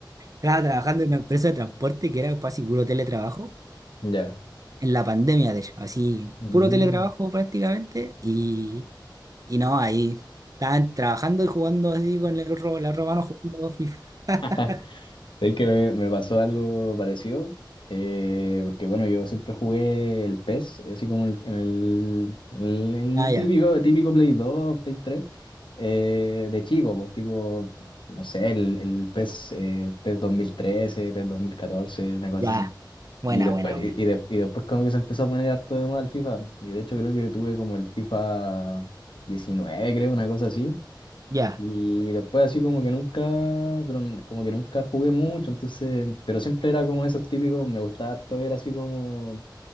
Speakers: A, on the right; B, on the left.
A: Estaba trabajando en una empresa de transporte que era casi puro teletrabajo,
B: ya.
A: en la pandemia de hecho, así
B: Mm.
A: puro teletrabajo prácticamente y, y no, ahí estaban trabajando y jugando así con el otro, la otra mano jugando FIFA. <laughs>
B: <laughs> Sé que me, me pasó algo parecido, eh, porque bueno, yo siempre jugué el PES, así como el- en el, en el- el
A: Ah, ya,
B: típico, típico Play 2, Play 3, eh, de chico, pues, tipo, no sé, el, el PES, eh, PES 2013, PES 2014, una cosa
A: ya,
B: así.
A: buena,
B: Y después,
A: buena, buena,
B: y, y de- y después como que se empezó a poner harto de moda el FIFA, y de hecho creo que tuve como el FIFA 19, creo, una cosa así.
A: ya,
B: Y después así como que nunca, pero n- como que nunca jugué mucho, entonces, pero siempre era como esos típicos, me gustaba harto ver así como